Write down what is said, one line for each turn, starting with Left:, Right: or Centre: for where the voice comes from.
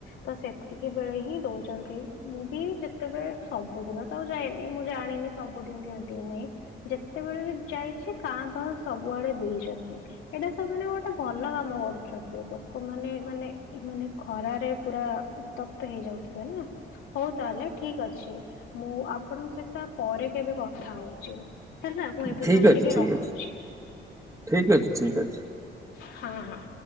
Left: ତ ସେତିକି ବେଳେ ହିଁ ଦଉଛନ୍ତି ମୁଁ ବି ଯେତେବେଳେ ସବୁଦିନ ତ ଆଉ ଯାଏନି ମୁଁ ଜାଣିନି ସବୁଦିନ ଦିଅନ୍ତି କି ନାଇଁ? ଯେତେବେଳେଳ ବି ଯାଇଛି କାଁ ବାହା ସବୁଆଡେ ଦେଇଛନ୍ତି ଏଇଟା <unintelligible> ଗୋଟେ ଭଲ କାମ କରୁଛନ୍ତି ହେଲେ। ଲୋକମାନେ-ମାନେ ଏମାନେ ଖରାରେ ପୁରା ଉତ୍ତପ୍ତ ହେଇଯାଉଥିବେ ନା। ହଉ ତାହେଲେ ଠିକ୍ ଅଛି, ମୁଁ ଆପଣଙ୍କ ସହିତ ପରେ କେବେ କଥା ହଉଛି। ହେଲା, ମୁଁ ଏବେ
Right: ଠିକ
Left: ତାହେଲେ
Right: ଅଛି
Left: ଟିକେ ରଖୁଛି।
Right: ଠିକ ଅଛି ଠିକ ଅଛି ଠିକ ଅଛି।
Left: ହଁ-ହଁ।